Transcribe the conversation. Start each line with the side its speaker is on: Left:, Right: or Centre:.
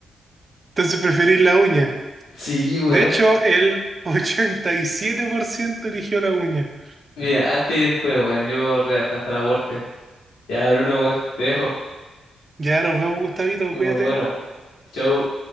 Right: Entonces preferís la uña.
Left: Sí, weón.
Right: De hecho, el 87% eligió la uña.
Left: Mira, antes y después, weón, yo real, hasta la muerte. Ya, Bruno, weón, te dejo.
Right: Ya nos vemos, Gustavito,
Left: Bueno,
Right: cuídate.
Left: chau.